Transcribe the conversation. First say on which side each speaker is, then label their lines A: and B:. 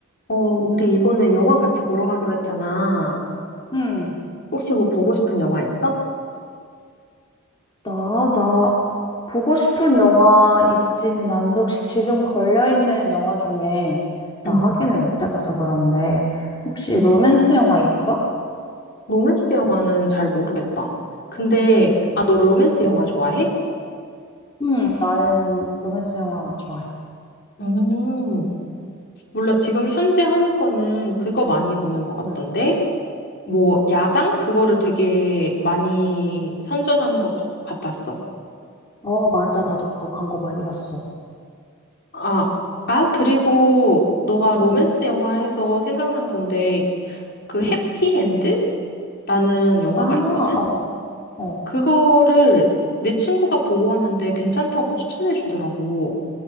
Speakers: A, on the left; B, on the left.
A: 어, 우리 이번에 영화 같이 보러 가기로 했잖아.
B: 응,
A: 혹시 뭐 보고 싶은 영화 있어?
B: 나, 나, 보고 싶은 영화 있지는 않은데, 혹시 지금 걸려있는 영화 중에, 나
A: 응,
B: 확인을 못 해봐서 그런데, 혹시
A: 응.
B: 로맨스 영화 있어?
A: 로맨스 영화는 잘 모르겠다. 근데,
B: 음.
A: 아, 너 로맨스 영화 좋아해?
B: 응, 나는 로맨스 영화 좋아해.
A: 음, 몰라. 지금 현재 하는 거는 그거 많이 보는 것 같던데?
B: 응.
A: 뭐, 야당? 그거를 되게 많이 선전하는 것 같- 같았어.
B: 어, 맞아. 나도 그거 광고 많이 봤어.
A: 아, 아, 그리고 너가 로맨스
B: 응,
A: 영화에서 생각난 건데, 그 해피엔드?
B: 응.
A: 라는 영화가
B: 아,
A: 있거든?
B: 어, 어,
A: 그거를 내 친구가 보고 왔는데 괜찮다고 추천해 주더라고.